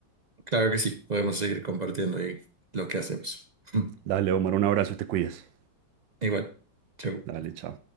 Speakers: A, on the right (about 45°); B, on the right (about 80°).
A: Claro que sí. Podemos seguir compartiendo ahí lo que hacemos. <laughs>
B: Dale, Omar, un abrazo, te cuidas.
A: Igual. Chau.
B: Dale, chao.